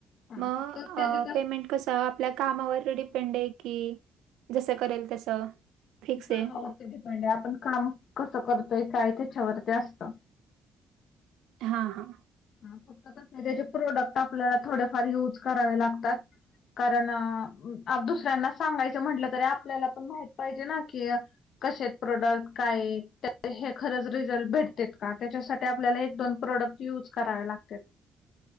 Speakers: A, on the left; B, on the right.
A: हा,
B: मं
A: फक्त त्याचे
B: अ पेयमेन्ट कसं? त आपल्या कामावर डिपेंड ये की, जसं करेल तसं. फिक्स आहे?
A: कामावरती डिपेंड ये, आपण काम कसं करतोय, काय त्याच्यावरती असतं.
B: हां हां.
A: हां फक्त कसं, त्याचे प्रोडक्ट आपल्याला, थोडफार युज करावे लागतात. कारण अ दुसऱ्यांना सांगायचं म्हटलं, तरी आपल्याला पण माहित पाहिजे ना, की कशेत प्रोडक्ट, काय ये, <unintelligible> खरंच रिझल्ट भेटतेत का? त्याच्यासाठी आपल्याला एक- दोन प्रोडक्ट युज करावे लागत्यात.